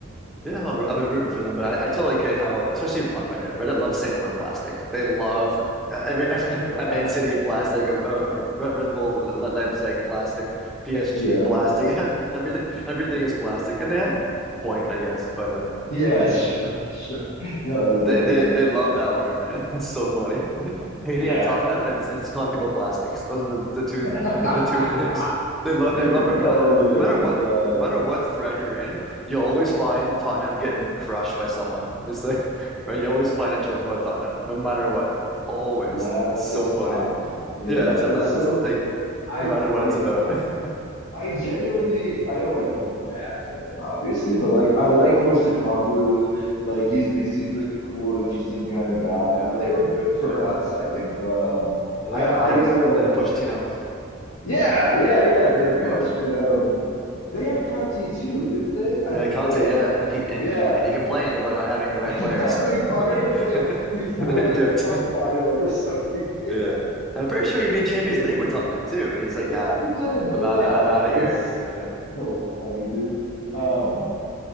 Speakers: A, in the centre; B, on the left.
A: Yeah, I've been, I've been rooting for them, but I, I totally get how, especially on Reddit. Reddit loves saying the word plastic. They love uh, every <laughs>
B: <laughs> Yeah,
A: Man City plastic, uh, Red, Red Bull Le Leipzig plastic, PSG
B: yeah.
A: plastic. <laughs> Everything everything is plastic, and they have a point, I guess. But uh,
B: Yeah,
A: yeah.
B: <laughs> sure, sure. No, that is
A: They
B: that is
A: they
B: definitely
A: they love
B: true.
A: that word, man. <laughs> It's so funny. <laughs> Hating
B: Yeah.
A: on Tottenham and and just calling people plastics. Those are the, the two
B: <laughs>
A: <laughs> the two things. They love they love ripping
B: Oh
A: on
B: my
A: no matter what
B: God.
A: no matter what thread you're in, you'll always find Tottenham getting crushed by someone. Just like <laughs> right, you always find a joke about Tottenham, no matter what. Always.
B: Lads,
A: So
B: it's
A: funny.
B: Tottenham. Yeah.
A: Yeah, that's it,
B: It's
A: lad.
B: so
A: That's like
B: I
A: no matter what
B: yeah.
A: it's about. <laughs>
B: I genuinely I don't like feel bad for them, obviously, but like I like Postecoglou. Like he's he seems like a cool and interesting kind of guy.
A: Yeah.
B: Like they were good for
A: Yeah.
B: a hot second, but um
A: Yeah.
B: I I
A: When they had
B: guess I have
A: when
B: like
A: they had Pochettino.
B: Yeah, yeah, yeah. They
A: Yeah, they
B: had
A: were good.
B: Punch, and um, they had Conti too, didn't they? I
A: Yeah,
B: think
A: Conte,
B: they had
A: yeah,
B: Conti.
A: and he and
B: Yeah,
A: and he complained about not having
B: <laughs>
A: the right
B: And
A: players,
B: they fired
A: <laughs>
B: him like
A: and
B: before
A: then he
B: like
A: dipped.
B: a cup
A: <laughs>
B: final or something. <laughs> Yeah,
A: Yeah, I'm pretty sure he made Champions
B: that's
A: League with Tottenham too. He's like,
B: yeah,
A: nah,
B: he did. Yeah,
A: I'm I'm I'm out of
B: that's
A: here. Uh,
B: so funny, dude. Um,